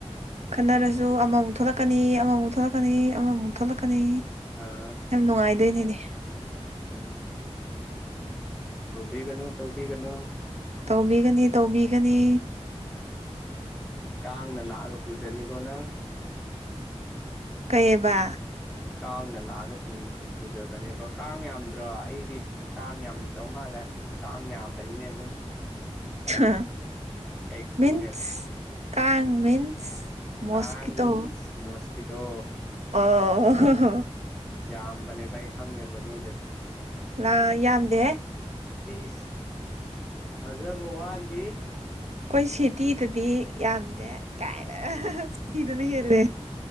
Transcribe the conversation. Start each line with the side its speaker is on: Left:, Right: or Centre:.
Right: ꯈꯟꯅꯔꯁꯨ ꯑꯃꯃꯨꯛ ꯊꯣꯛꯂꯛꯀꯅꯤ ꯑꯃꯃꯨꯛ ꯊꯣꯛꯂꯛꯀꯅꯤ ꯑꯃꯃꯨꯛ ꯊꯣꯛꯂꯛꯀꯅꯤ
Centre: ꯑꯥ
Right: ꯌꯥꯝ ꯅꯨꯡꯉꯥꯏꯗꯣꯏꯅꯦꯅꯦ
Centre: ꯎꯝ ꯇꯕꯤ ꯀꯩꯅꯣ ꯇꯧꯕꯤ ꯀꯩꯅꯣ
Right: ꯇꯧꯕꯤꯒꯅꯤ ꯇꯧꯕꯤꯒꯅꯤ
Centre: ꯀꯥꯡꯅ ꯂꯥꯛꯑꯒ ꯄꯨꯖꯅꯤꯀꯣ ꯅꯪ
Right: ꯀꯩꯕ
Centre: ꯀꯥꯡꯅ ꯂꯥꯛꯑꯒ ꯄꯨꯗꯕꯅꯦꯕ ꯀꯥꯡ ꯌꯥꯝꯗ꯭ꯔꯥ ꯑꯩꯗꯤ ꯀꯥꯡ ꯌꯥꯝꯗꯧ ꯃꯥꯜꯂꯦ ꯀꯥꯡ ꯌꯥꯝꯕꯅꯤꯅꯦ ꯑꯗꯨꯝ
Right: ꯑ
Centre: ꯑꯩ ꯈꯪꯉꯦꯕ
Right: ꯃꯤꯟꯁ ꯀꯥ ꯃꯤꯟꯁ ꯃꯣꯁꯀꯤꯇꯣ
Centre: ꯀꯥꯡꯥꯡ ꯃꯤꯟꯁ ꯃꯣꯁꯀꯤꯇꯣ
Right: ꯑꯣ
Centre: ꯌꯥꯝꯕꯅꯦꯕ ꯑꯩ ꯈꯪꯉꯦꯕ ꯅꯣꯏꯗꯁꯨ
Right: ꯂꯥ ꯌꯥꯝꯗꯦ
Centre: ꯄꯤꯁ ꯐꯖꯕ ꯋꯥꯠꯂꯤ
Right: ꯑꯩꯈꯣꯏ ꯁꯦꯇꯤꯗꯗꯤ ꯌꯥꯝꯗꯦ ꯀꯥꯏꯅ
Centre: ꯎꯝ
Right: ꯁꯇꯤꯗꯅ ꯍꯦꯜꯂꯦ